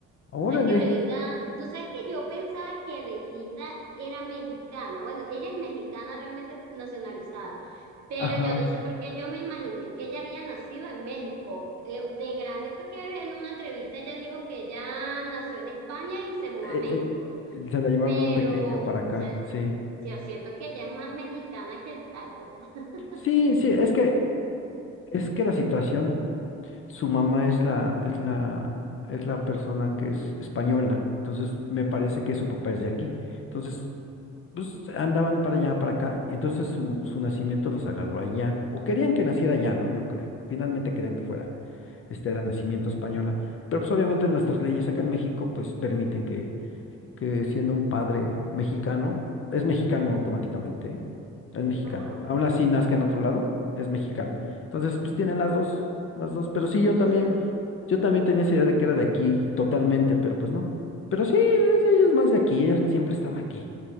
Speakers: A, on the left (about 45°); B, on the right (about 65°).
A: Órale.
B: ¿Sabes que Belinda? Tú sabes que yo pensaba que Belinda era mexicana. Bueno, ella es mexicana realmente nacionalizada, pero
A: Ajá.
B: yo no sé por qué yo me imaginé que ella había nacido en México. Eh, de grande fue que en una entrevista ella dijo que ella nació en España y se mudó
A: Eh,
B: a México,
A: eh, se la llevaron
B: pero
A: muy pequeña para
B: o
A: acá,
B: sea,
A: sí.
B: yo siento que ella es más mexicana que el taco. <laughs>
A: Sí, sí, es que, es que la situación, su mamá es la, es la, es la persona que es española. Entonces, me parece que su papá es de aquí. Entonces, pues andaban para allá, para acá, entonces su, su nacimiento los agarró allá, o querían que naciera allá, ¿no? Yo creo, finalmente querían que fuera, este, de nacimiento española, pero pues obviamente nuestras leyes acá en México, pues permiten que, que siendo un padre mexicano, es mexicano automáticamente, ¿eh? Es mexicano,
B: Ah, ok.
A: aún así nazca en otro lado, es mexicano, entonces pues tienen
B: Mm,
A: las dos, las dos, pero sí,
B: nació,
A: yo también, yo también tenía esa idea de que era de aquí totalmente, pero pues no, pero sí, es- ella es más de aquí, ella siempre ha estado aquí